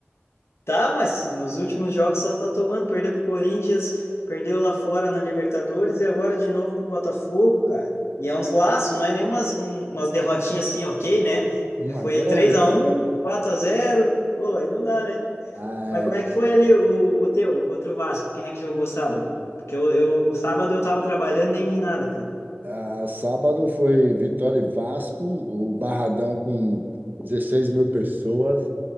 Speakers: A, on the left; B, on the right.
A: Tá, mas nos últimos jogos só tá tomando. Perdeu pro Corinthians, perdeu lá fora na Libertadores e agora de novo pro Botafogo, cara. E é uns laços, não é nem umas, um- umas derrotinhas assim, ok, né?
B: um a
A: Foi
B: zero
A: três a um quatro a zero Pô, aí não dá, né?
B: Ah,
A: Mas como
B: é.
A: é que foi ali o, o teu contra o Vasco? Quem é que jogou sábado? Porque eu, eu sábado eu tava trabalhando, nem vi nada, cara.
B: Ah, sábado foi Vitória e Vasco, o Barradão com 16 mil pessoas.